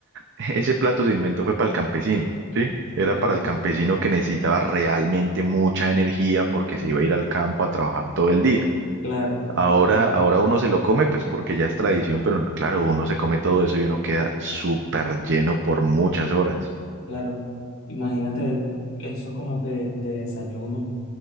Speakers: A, on the right; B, on the left.
A: Ese plato se inventó fue para el campesino, ¿sí? Era
B: Ok,
A: para el campesino que necesitaba realmente mucha energía porque se iba a ir al campo a trabajar todo el día.
B: claro,
A: Ahora,
B: claro,
A: ahora uno se lo come, pues porque ya es tradición, pero claro, uno se come todo eso y uno queda súper lleno por muchas horas.
B: claro. Imagínate eso como que de desayuno.